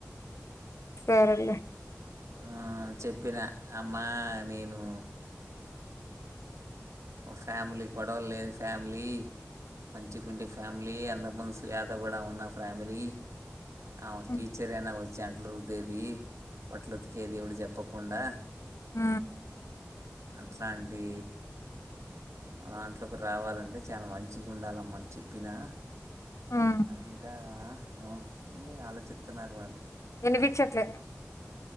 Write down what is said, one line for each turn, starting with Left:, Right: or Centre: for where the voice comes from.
Left: సరేలే
Right: ఆ చెప్పిన అమ్మా నేను మా ఫ్యామిలీ గొడవలు లేని, ఫ్యామిలీ మంచి గుండె ఫ్యామిలీ, అంతముందు స్వేత కూడా ఉన్న ఫ్యామిలీ. ఆమక్
Left: హ్మ్
Right: టీచరేనా వచ్ చెంట్లురుద్దెది బట్లు ఉతికేది ఈవిడ చెప్పక్ ప్పుండా
Left: ఆ
Right: అట్లాంటి మాదంట్లోకి రావాలంటే చాలా మంచిగా ఉండాలమ్మని చెప్పినా.
Left: హ్మ్.
Right: అంటా ఒ అని ఆలోచితున్నారు వాళ్ళు
Left: వినిపిచట్లే